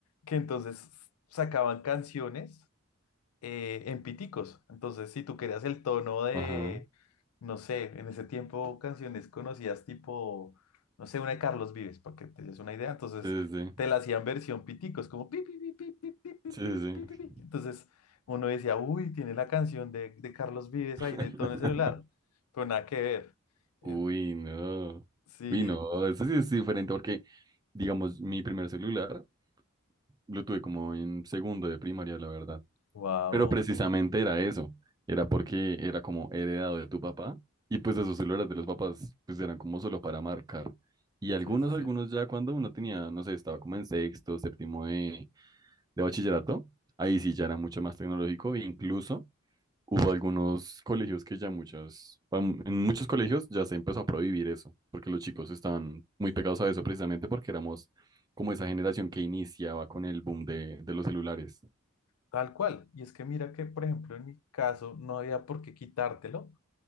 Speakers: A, on the left (about 85°); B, on the right (about 20°).
A: Que entonces sacaban canciones eh, en piticos. Entonces, si tú querías el tono de,
B: Ajá,
A: no sé, en ese tiempo canciones conocidas tipo, no sé, una de Carlos Vives, para que te des una idea, entonces
B: sí, sí,
A: te la hacían versión piticos, como pi, pi, pi, pi, pi, pi, pi,
B: sí,
A: pi,
B: sí,
A: pi, pi,
B: sí.
A: pi. Entonces uno decía, uy, tiene la canción de, de Carlos Vives
B: <laughs> sí.
A: ahí de tono de celular, pero nada que ver.
B: Uy,
A: Eh,
B: no.
A: sí,
B: Uy, no, eso sí es diferente porque, digamos, mi primer celular lo tuve como en segundo de primaria, la verdad.
A: wow,
B: Pero precisamente era eso, era porque era como heredado de tu papá y pues esos celulares de los papás pues eran como solo para marcar. Y algunos,
A: sí, sí, sí.
B: algunos ya cuando uno tenía, no sé, estaba como en sexto, séptimo de, de bachillerato, ahí sí ya era mucho más tecnológico e incluso hubo algunos colegios que ya muchas, pam- en muchos colegios ya se empezó a prohibir eso, porque los chicos estaban muy pegados a eso precisamente porque éramos como esa generación que iniciaba con el boom de, de los celulares.
A: Tal cual. Y es que mira que, por ejemplo, en mi caso no había por qué quitártelo